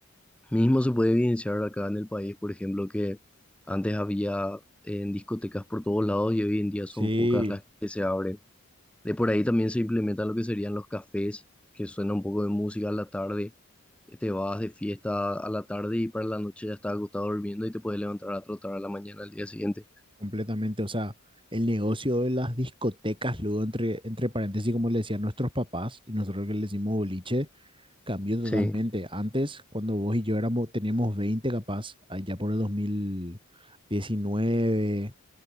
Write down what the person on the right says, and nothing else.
Sí,
completamente. O sea, el negocio de las discotecas, luego entre, entre paréntesis, como le decían nuestros papás y nosotros que le decimos boliche, Cambió totalmente.
Antes, cuando vos y yo éramos, teníamos 20 capaz, allá por el 2019,